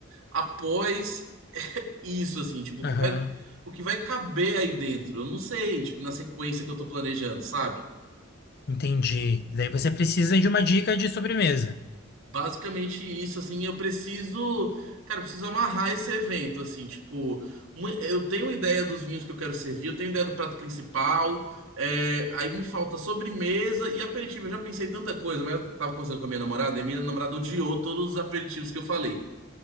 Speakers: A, on the right; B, on the left.
A: após <laughs> isso, assim, tipo,
B: aham.
A: o que vai, o que vai caber aí dentro. Eu não sei, tipo, na sequência que eu tô planejando, sabe?
B: Entendi. Daí você precisa de uma dica de sobremesa.
A: Basicamente isso, assim, eu preciso, cara, eu preciso amarrar esse evento, assim, tipo, uma- eu tenho ideia dos vinhos que eu quero servir, eu tenho ideia do prato principal, é, aí me falta sobremesa e aperitivo, eu já pensei em tanta coisa, mas eu tava conversando com a minha namorada e minha namorada odiou todos os aperitivos que eu falei.